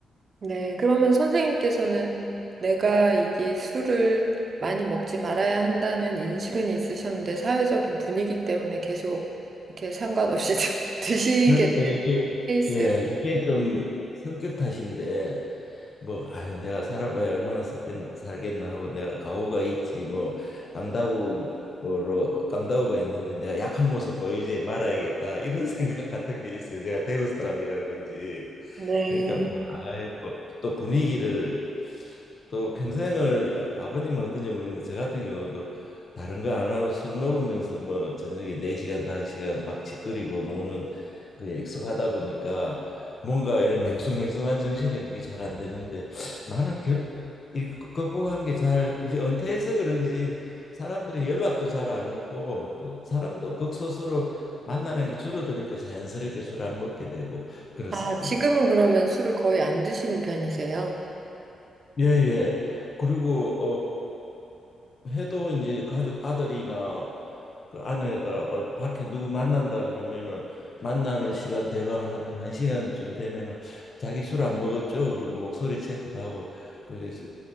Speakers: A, on the right; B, on the left.
A: 네, 그러면 선생님께서는 내가 이게 술을 많이 먹지 말아야 한다는 인식은 있으셨는데 사회적인 분위기 때문에 계속 이렇게 상관없이 <laughs> 좀 드시게
B: 그러니까
A: 된
B: 이게
A: 케이스네요.
B: 예, 이게 좀 성격 탓인데 뭐 아유 내가 살아봐야 얼마나 살겠나, 살겠나 하고 내가 가오가 있지 뭐 강다구로 강다구가 있는데 내가 약한 모습 보이지 말아야겠다 이런 <laughs> 생각 같은 게 있어요. 제가 대구 사람이라 그런지
A: 네.
B: 그러니까 아이, 뭐또 분위기를 또 평생을 아버님은 어떤지 모르겠는데 저 같은 경우도 다른 거 안 하고 술 먹으면서 뭐 저녁에 네시간 다섯 시간막 짓거리고 노는 그약 익숙하다 보니까 뭔가 이런 맹숭맹숭한 정신에 그게 잘 안 되는데 나는 결, 이렇게 극- 극복한 게 잘 이제 은퇴해서 그런지 사람들이 연락도 잘 안 오고 또 사람도 극소수로 만나는 게 줄어드니까 자연스럽게 술 안 먹게 되고 그렇습니다.
A: 아, 지금은 그러면 술을 거의 안 드시는 편이세요?
B: 예, 예. 그리고 어 해도 이제 가족 아들이나 그 아내가 어, 밖에 누구 만난다 그러면은 만나는 시간 대강 한 한 시간쯤 되면은 자기 술 안 먹었죠? 그러고 목소리 체크도 하고 그래서